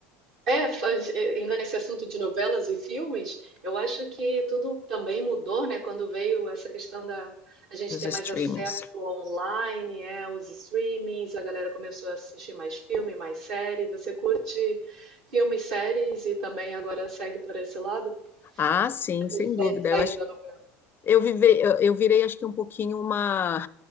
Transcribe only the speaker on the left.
dos
streamings.
Ah, sim,
sem
dúvida.
Eu acho,
eu vivei, eu, eu virei acho que um pouquinho uma